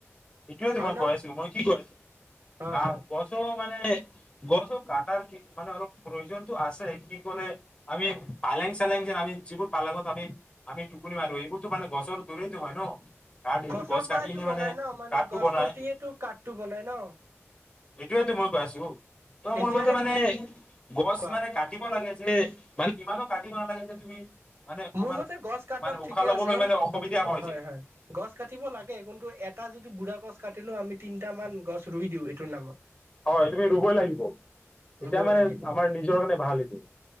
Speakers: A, on the left; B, on the right.
A: এইটোৱে তো
B: হয়
A: মই
B: ন
A: কৈ আছো মই কি কছো
B: হয়
A: গা
B: হয়
A: গছও মানে গছটো কটাৰ কি মানে অলপ প্ৰয়োজনতটো আছে কি কৰে আমি পালেং চালেং যেন আমি যিবোৰ পালাঙত আমি আমি টুকুৰি মাৰো এইবোৰ মান গছৰ দূৰে হয় ন তাত এইটো
B: গছৰ
A: গছ
B: পৰাইতটো
A: কাটি কিনে
B: বনাই
A: মানে
B: ন মানে
A: কাঠটো
B: গছ
A: বনাই
B: কটিয়েটো কাঠটো বনাই ন।
A: এইটোয়ে তো মই কৈ আছো। তই
B: এতিয়াহে
A: মোৰ মতে মানে গছ
B: কোৱা
A: মানে কাটিব লাগে যে মানে ইমানো কাটিব নালাগে যে তুমি। মানে
B: মোৰ
A: আমাৰ
B: মতে গছ কাটক
A: মানে উশাহ
B: ঠিকে
A: লবলৈ
B: আছে
A: মানে অসুবিধা
B: গ হয়
A: যে
B: হয় গছ কাটিব লাগে ক এটা যদি বুঢ়া গছ কাটিলেও আমি তিনিটা মান গছ ৰুই দিওঁ এইটোৰ নামত।
A: হয় তুমি ৰুবই লাগিব এতিয়া
B: ৰুব
A: মানে
B: লাগিব
A: আমাৰ নিজৰ কাৰণে ভাল এটো।